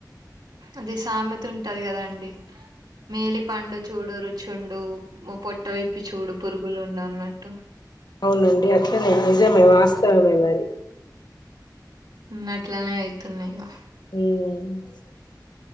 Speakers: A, on the right; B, on the left.
A: అదే సామెత ఉంటది కదా అండి మేలి పండు చ చూడు రుచి ఉండు పొట్టవిప్పి చూడు పురుగులు ఉండు అన్నట్టు
B: అవునండి అట్నే నిజమే వాస్తవమే మరి
A: ఉన్న అట్లనే అయితున్నాయి గ
B: మ్